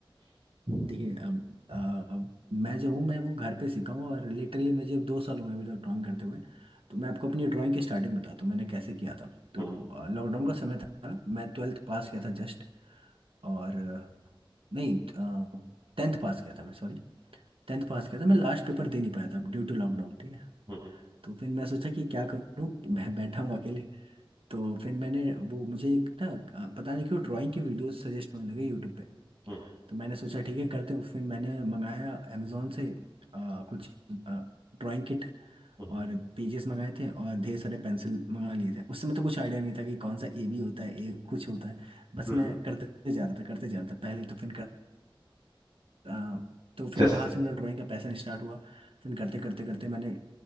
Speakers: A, on the right; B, on the right.
A: हम्म,
B: देखिए अब अ, मैं जो हूँ मैं वो घर पे सीखा हूँ और लिटरली मैं जब दो साल हुए हैं मुझे ड्राइंग करते हुए तो मैं आपको अपनी ड्राइंग की स्टार्टिंग बताता हूँ मैंने कैसे किया था तो
A: हम्म,
B: लॉकडाउन का समय था मैं ट्वेल्थ पास किया था जस्ट और अ, नहीं टेंथ पास किया था मैं सॉरी टेंथ पास किया था मैं लास्ट पेपर दे नहीं पाया था ड्यू टू लॉकडाउन ठीक है
A: हम्म,
B: तो फिर मैं सोचा कि क्या करूँ मैं बैठा हूँ अकेले तो फिर मैंने वो मुझे एक ना अ, पता नहीं क्यों ड्राइंग की वीडियोस सजेस्ट होने लगे यूट्यूब पे
A: हम्म,
B: तो मैंने सोचा ठीक है करते हैं फिर मैंने मंगाया अमेजोन से अ, कुछ ड्राइंग किट
A: हम्म,
B: और पेजेस मंगाए थे और ढेर सारे पेंसिल मंगा लिए थे उस समय तो कुछ आइडिया नहीं था कि कौन सा ए बी होता है ए कुछ होता है बस
A: हम्म।
B: मैं करते जा रहा था करते जा रहा था पहले तो फिर अ, तो फिर
A: जैसे
B: वहां से मेरा ड्राइंग का पैशन स्टार्ट हुआ फिर करते करते करते मैंने